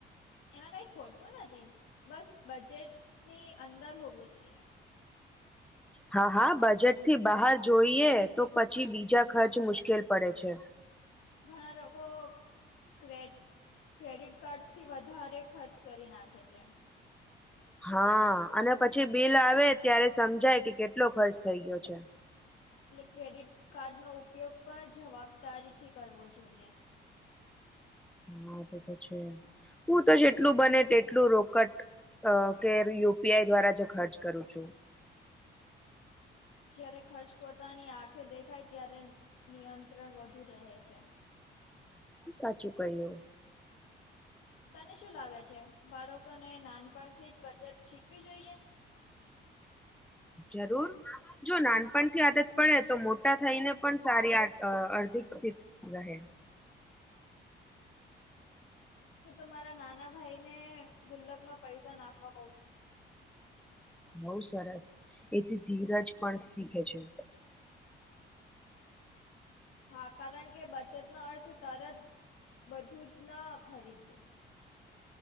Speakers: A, on the left (about 85°); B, in the centre.
A: એમાં કઈ ખોટું નથી બસ બજેટની અંદર હોવું જોઈએ.
B: હા હા બજેટ થી બહાર જોઈએ તો પછી બીજા ખર્ચ મુશ્કેલ પડે છે.
A: ઘણા લોકો ક ક્રેડિટ કાર્ડ થી વધારે ખર્ચ કરી નાખે છે.
B: હા અને પછી બિલ આવે ત્યારે સમજાય કે કેટલો ખર્ચ થઇ ગયો છે.
A: એટલે ક્રેડિટ કાર્ડ નો ઉપયોગ પણ જવાબદારી થી કરવો જોઈએ.
B: હા તો તો છે, હું તો જેટલું બને તેટલું રોકટ અ કે યુ પી આઈ દ્વારા જે ખર્ચ કરું છું.
A: જયારે ખર્ચ પોતાની આંખે દેખાય ત્યારે નિયંત્રણ વધુ રહે છે.
B: સાચું ક્યું.
A: તને શું લાગે છે બાળકોને નાનપણથી જ બચત શીખવી જોઈએ.
B: જરૂર. જો નાનપણ થી આદત પડે તો મોટા થઈને પણ સારી આ અર્ધિક સ્થિતિ જહે.
A: હું તો મારા નાના ભાઈ ને ગુલ્લક માં પૈસા નાખવા કઉ છું.
B: બઉુ સરસ એથી ધીરજ પણ શીખે છે.
A: હા કારણ કે બચત નો અર્થ તરત બધું જ ન ખરીદવું.